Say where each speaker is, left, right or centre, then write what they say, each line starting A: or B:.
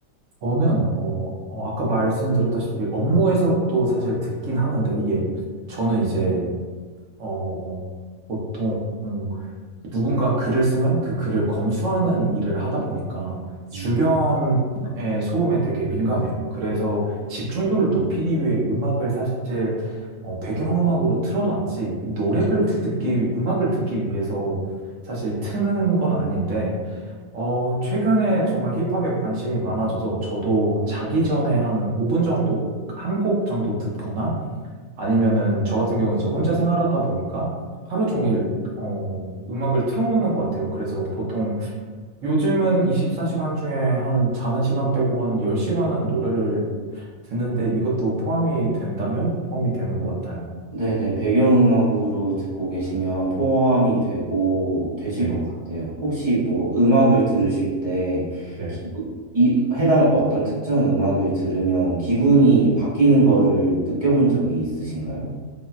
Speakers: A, on the right; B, on the right.
A: 저는, 어, 어, 아까 말씀드렸다시피 업무에서도 사실 듣긴 하는데 이게 저는 이제, 어, 보통 누군가 글을 쓰면 그 글을 검수하는 일을 하다 보니까 주변의
B: 음.
A: 소음에 되게 민감해요. 그래서 집중도를 높이기 위해 음악을 사실 어, 배경음악으로 틀어놨지, 노래를 듣기, 위- 음악을 듣기 위해서 사실 트는 건 아닌데, 어, 최근에 정말 힙합에 관심이 많아져서 저도 자기 전에 한 5분 정도, 한 곡 정도 듣거나 아니면은 저 같은 경우는 이제 혼자 생활하다 보니까 하루 종일 어, 음악을 틀어놓는 것 같아요. 그래서 보통 요즘은 24시간 중에 한 자는 시간 빼고 한 10시간은 노래를 듣는데 이것도 포함이 된다면 포함이 되는 것 같아요.
B: 네네, 배경음악으로 듣고 계시면 포함이 되고, 되실
A: 네.
B: 것 같아요. 혹시 뭐 음악을 들으실 때,
A: 네.
B: 기- 이, 해당 어떤 특정 음악을 들으면 기분이 바뀌는 거를 느껴본 적이 있으신가요?